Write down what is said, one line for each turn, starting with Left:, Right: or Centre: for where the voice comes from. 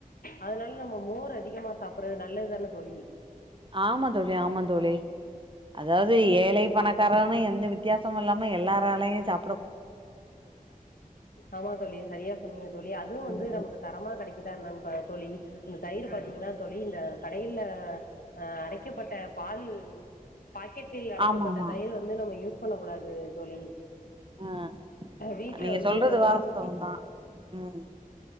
Left: அதனால நம்ம மோர் அதிகமா சாப்பிடுறது நல்லதுதானே தோழி
Right: ஆமா தோழி ஆமா தோழி அதாவது ஏழை பணக்காரன எந்த வித்தியாசம் இல்லாம எல்லாராலையு சப்
Left: ஆமா தோழி சரியா சொன்னீங்க தோழி அதுவு வந்து
Right: ம்
Left: நமக்கு தரமா கடைக்கு இதா என்ன பாருங் தோழி இந்த தயிரு பாத்தீங்கன்னா
Right: ம்
Left: தோழி இந்த கடையில அ அடைக்கப்பட்ட பால் பாக்கெட்டில் அடைக்கப்பட்ட
Right: ஆமாமா
Left: தயிர் வந்து நம்ம யூஸ் ஸ் பன்ன கூடாது தோழி
Right: அ
Left: வீட்ல
Right: நீங்க
Left: வந்து
Right: சொல்றது
Left: ஒர
Right: வாஸ்தவோ
Left: ஊத்தி
Right: தா ம்